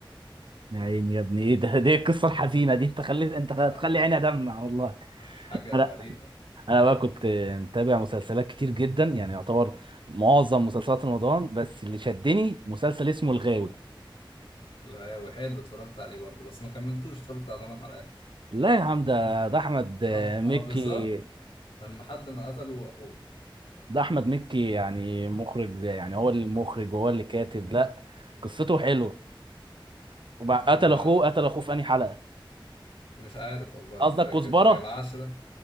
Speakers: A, on the right; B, on the left.
A: يا عيني يا ابني ايه ده دي القصه الحزينه دي انت خليت انت
B: آه،
A: هتخلي عيني ادمع والله
B: حاجة
A: انا
B: غريبة
A: انا بقى كنت متابع مسلسلات كتير جدا يعني يعتبر معظم مسلسلات رمضان بس اللي شدني مسلسل اسمه الغاوي
B: الغاوي حلو اتفرجت عليه برضه بس ما كملتوش اتفرجت على ثمان حلقات
A: لا يا عم ده ده احمد
B: او
A: مكي
B: او بالظبط لما حد ما قتله اخوه
A: ده احمد مكي يعني مخرج يعني هو المخرج وهو اللي كاتب لا قصته حلوه وبع... قتل
B: ما-
A: اخوه قتل اخوه في انهي حلقه
B: مش عارف والله
A: قصدك
B: مش فاكر
A: كزبره
B: اللي هي العشرة